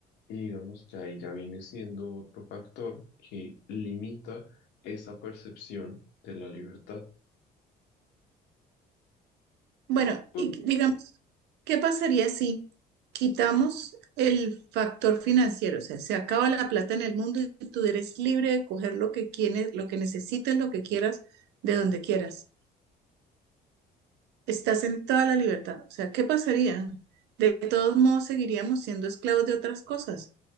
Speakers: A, on the left; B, on the right.
A: Y digamos que ahí ya viene siendo otro factor que limita esa percepción de la libertad.
B: Bueno,
A: Por-
B: y qu- digamos, ¿qué pasaría si quitamos el factor financiero? O sea, se acaba la plata en el mundo y tú eres libre de coger lo que quieres, lo que necesites, lo que quieras, de donde quieras. Estás en toda la libertad. O sea, ¿qué pasaría? De todos modos, seguiríamos siendo esclavos de otras cosas.